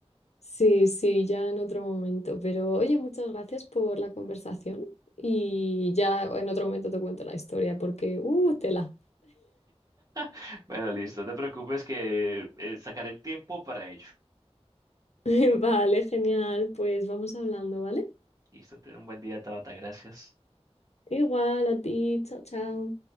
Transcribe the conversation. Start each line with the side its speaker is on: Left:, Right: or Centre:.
Left: Sí, sí, ya en otro momento. Pero oye, muchas gracias por la conversación y ya en otro momento te cuento la historia porque, uh, tela.
Right: <laughs> Bueno, listo, no te preocupes que eh, sacaré el tiempo para ello.
Left: <laughs> Vale, genial. Pues vamos hablando, ¿vale?
Right: Listo, ten un buen día, Tabata, gracias.
Left: Igual a ti. Chao, chao.